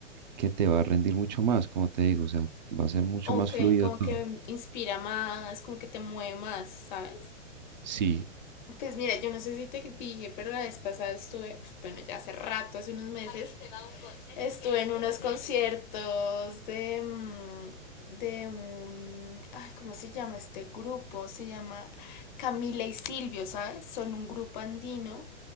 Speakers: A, on the right; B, on the left.
A: que te va a rendir mucho más, como te digo, o sea, va a ser mucho
B: Ok,
A: más fluido
B: como
A: todo.
B: que inspira más, como que te mueve más, ¿sabes?
A: Sí,
B: Pues mira, yo no sé si te dije, pero la vez pasada estuve, bueno, ya hace rato, hace unos meses, estuve en unos conciertos de, mm, de un, ay, ¿cómo se llama este grupo? Se llama Camila y Silvio, ¿sabes? Son un grupo andino